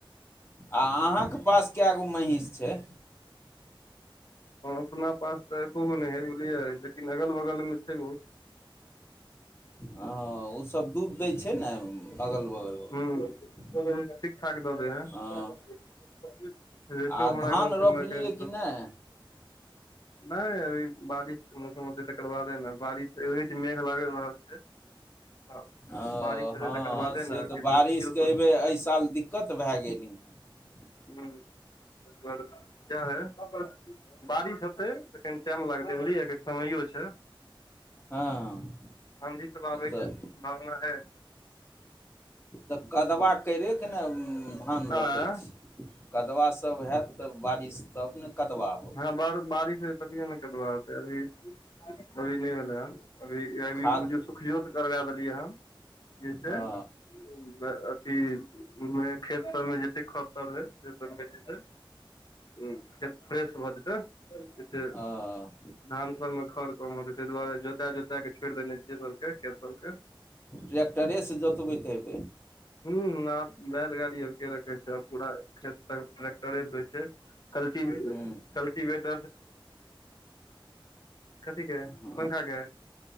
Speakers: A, on the left; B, on the left.
A: अहाँके पास कए गो महींस छै
B: हँ अपना पास तऽ एको गो नहि हइ बुझलियै लेकिन अगल बगलमे छै ओ
A: हँ ओसभ दूध दै छै ने अगल बगलवला
B: हूँ ठीक ठाक द देै
A: हँ
B: ह रेटो
A: आ
B: हमरा
A: धान
B: गाँव सभमे
A: रोपलियै
B: क इन्टे
A: कि नहि
B: नहि अभी बारिशके मौसम होतै तकर बाद है ने बारिश छै मेघ लागि रहल छै
A: ओ
B: बारिश हेतै
A: हँ
B: तकर बादे
A: से
B: ने
A: तऽ बारिशके
B: नदियो सब
A: हबे
B: छोट
A: एहि
B: ह
A: साल दिक्कत भए गेली <inaudible>
B: ह इह है बारिश टाइम लागतै बुझलियै समयो छै
A: हँ
B: आाँधी सब आबैके
A: तऽ
B: सम्भावना है
A: तऽ कदवा करयके ने धान रोपै
B: आँ
A: छी कदवा सब होयत तब बारिश तब ने कदवा होत
B: हँ ब बारिश ह तभिए ने कबाै अभी अभी नहि भेलै ह अभी अभी
A: खाद
B: बुझियौ सुखियोसँ करबा देलियै हन जस
A: हँ
B: अथीमे खेत सबमे जते खर सभ है से सबमे जे छै खत फ्रेश भऽ जेतै जैस
A: हँ
B: धान सब मे खर कम होै ताहि दुआरे जोता जोता क छोड़ि देने छियै सबके खेत सबके
A: ट्र्टरे से जतबीतब
B: ह आब बैलगाड़ी आर के रखे छै आ पूरा खेत त ट्रैेक्टरे से होइ छै कलट
A: हूँ
B: कल्टबेट कथी के
A: हूँ
B: पंखा के